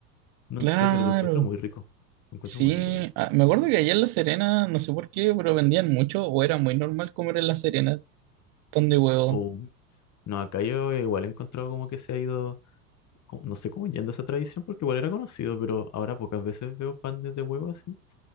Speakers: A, on the left; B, on the right.
A: no
B: claro.
A: sé, pero lo encuentro muy rico, lo encuentro
B: Sí,
A: muy rico yo.
B: ah, me acuerdo que allá en La Serena, no sé por qué, pero vendían mucho o era muy normal comer en La Serena pan de huevo.
A: Ts- O, no, acá yo igual he encontrado como que se ha ido, como- no sé cómo yendo esa tradición, porque igual era conocido, pero ahora pocas veces veo pan de, de huevo así,